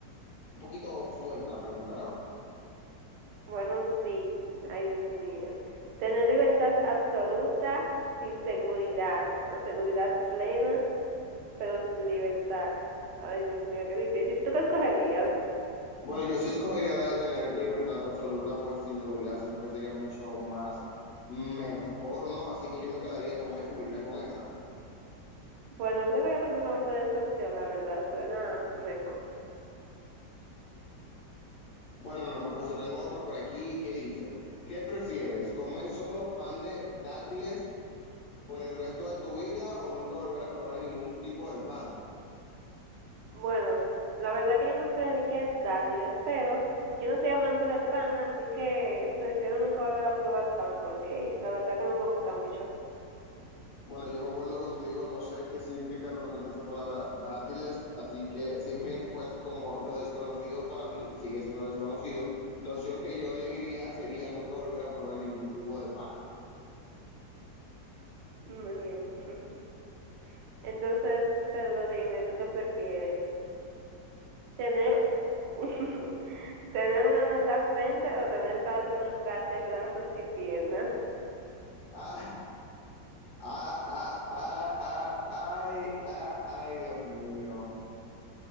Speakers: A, on the left; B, on the right.
A: un poquito fuerte la pregunta, ¿no?
B: Bueno, sí, ay Dios mío. Tener libertad absoluta sin seguridad o seguridad plena, pero sin libertad. Ay Dios mío, qué difícil. ¿Tú qué escogerías?
A: Bueno, yo sí escogería la de tener libertad absoluta, pues sin seguridad siento que sería mucho más mejor, ¿no? Así que yo me quedaría con esa y me iría con esa.
B: Bueno, creo que yo también me voy por esa opción, la verdad, suena mejor.
A: Bueno, Norma, pues yo tengo otra por aquí que dice, ¿qué prefieres? ¿Comer solo pan de dátiles por el resto de tu vida o nunca volver a probar ningún tipo de pan?
B: Bueno, la verdad que yo no sé ni qué es dátiles, pero yo no soy amante del pan, así que prefiero nunca volver a probar pan porque la verdad que no me gusta mucho.
A: Bueno, yo concuerdo contigo, no sé qué significa realmente esa palabra dátiles, así que sin medir, pues como lo desconocido para mí sigue siendo desconocido, la opción que yo elegiría sería nunca volver a probar ningún tipo de pan.
B: Muy bien. <laughs> Entonces, Pedro, dime, ¿tú qué prefieres? ¿Tener un, <laughs> tener un ano en la frente o tener palos en lugar de brazos y piernas?
A: Ay, ah, ah, ah, ah, ay, ah, ay, Dios mío,